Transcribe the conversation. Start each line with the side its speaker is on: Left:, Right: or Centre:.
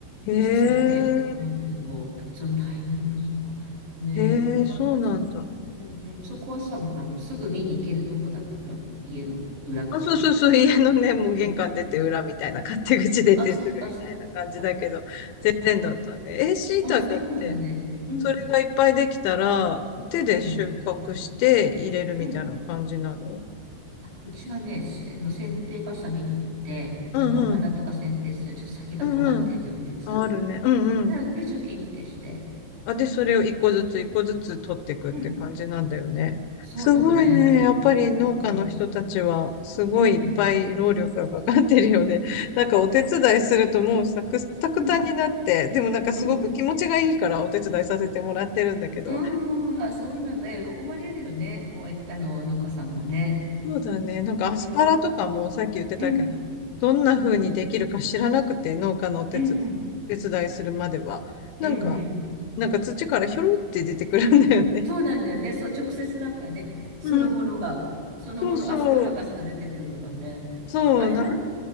Left: へえ、
Right: 質がね、落ちちゃうけど、やっぱそのタイミングとか、ね、
Left: へえ、そうなんだ。
Right: 観察、うんうん、そこはさ、あの、すぐ見に行けるとこだったの家の裏って言ってたけど。
Left: あ、そうそうそう、家のね、
Right: おーうん
Left: もう玄関出て裏みたいな、勝手口出てすぐみたいな感じだけど、
Right: あ、そっかそっか。
Left: 全然だったね。
Right: あー、
Left: え、椎茸って、
Right: あ、そうなんだね。うん、
Left: それがいっぱいできたら、手で収穫して入れるみたいな感じなの
Right: うん、うん。あ、うちはね、せあの、剪定バサミって言って、なんかお花とか剪定するのにちょっと先が尖ってるようなやつ。
Left: うんうん、うんうん、ああるね。うんうん。
Right: うん、で、チョキンってして。
Left: あ、で、それを一個ずつ一個ずつ取っていくって感じなんだよね。
Right: うん、そうだね。
Left: すごいね。やっぱり農家の人たちは、
Right: うん、
Left: すごいいっぱい労力がかかってるよね。
Right: うん、
Left: <laughs> なんかお手伝いするともうサクタクタになって、
Right: うん、
Left: でもなんかすごく気持ちがいいからお手伝いさせてもらってるんだけど。
Right: うん。うんん、あ、そうなんだ。喜ばれるよね。おい、あの、農家さんもね。
Left: そうだね。なんかアスパラとかもさっき言ってたけど、
Right: うーん、うん、うん、
Left: どんな風にできるか知らなくて、農家のお手つ、
Right: うん、
Left: 手伝いするまでは。
Right: うん、
Left: なんか、
Right: うん。
Left: なんか土からひょろって出てくるんだよね。
Right: そうなんだよね。そう、直接なんかね、そのものが、
Left: うん、
Right: そのもの、
Left: そうそう。
Right: アスパラガスが出てくるのがね。
Left: そう、
Right: あれは
Left: なん、ん